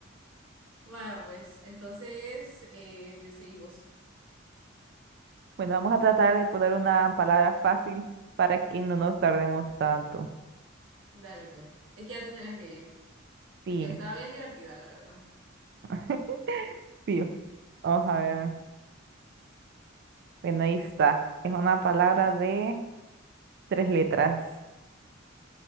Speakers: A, on the right; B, on the right.
A: Va, pues, entonces eh, seguimos.
B: Bueno, vamos a tratar de poner una palabra fácil para que no nos tardemos tanto.
A: Dale, pues. Es que ya te tienes que ir.
B: Sí,
A: Porque estaba bien divertida, la verdad.
B: <laughs> sí. Vamos a ver. Bueno, ahí está. Es una palabra de tres letras.